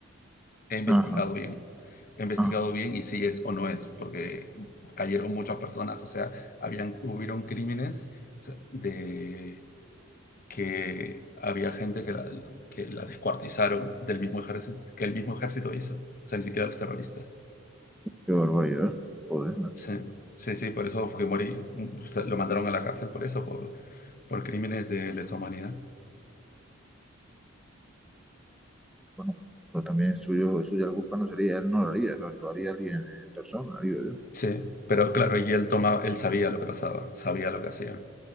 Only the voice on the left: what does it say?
he investigado
bien. He investigado
bien y si es o no es, porque cayeron muchas personas. O sea, habían, hubieron crímenes o sea, de que había gente que la, que la descuartizaron del mismo ejército, que el mismo ejército hizo. O sea, ni siquiera los terroristas.
Sí, sí, sí, por eso Fujimori mm, usted- lo mandaron a la cárcel por eso, por, por crímenes de lesa humanidad.
Sí, pero claro, y él tomaba, él sabía lo que pasaba, sabía lo que hacía.